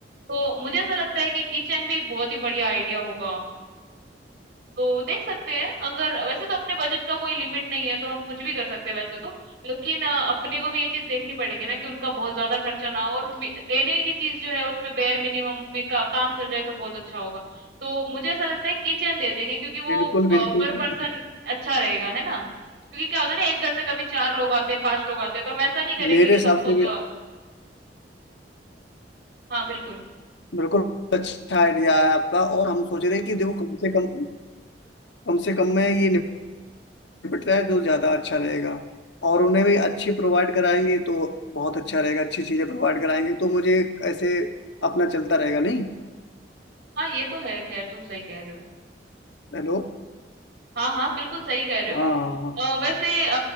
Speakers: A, on the right; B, on the left.
A: तो मुझे ऐसा लगता है कि किचन भी एक बहुत ही बढ़िया आइडिया होगा तो देख सकते हैं अगर वैसे तो अपने बजट का कोई लिमिट नहीं है तो हम कुछ भी कर सकते हैं वैसे तो लेकिन अ, अपने को भी ये चीज देखनी पड़ेगी ना कि उनका बहुत ज्यादा खर्चा ना हो और मे- देने की चीज जो है उसमें बेयर मिनिमम में का, काम चल जाए तो बहुत अच्छा होगा तो मुझे ऐसा लगता है किचन दे देंगे क्योंकि वो
B: बिल्कुल बिल्कुल
A: पर
B: बिल्कुल।
A: पर्सन अच्छा रहेगा है ना क्योंकि क्या होता है ना एक घर से कभी चार लोग आते हैं पांच लोग आते हैं तो हम ऐसा नहीं करेंगे
B: मेरे
A: कि
B: हिसाब
A: सबको
B: से भी
A: अ, हाँ बिल्कुल
B: बिल्कुल अच्छा आइडिया है आपका और हम सोच रहे हैं कि देखो कम से कम कम से कम में ये निपटता है जो ज्यादा अच्छा रहेगा और उन्हें भी अच्छी प्रोवाइड कराएंगे तो बहुत अच्छा रहेगा अच्छी चीजें प्रोवाइड कराएंगे तो मुझे ऐसे अपना चलता रहेगा नहीं
A: हाँ ये तो है खैर तुम सही कह रहे हो
B: हेलो
A: हाँ, हाँ, बिल्कुल सही कह रहे
B: हाँ
A: हो।
B: हाँ हाँ।
A: अ, वैसे अ,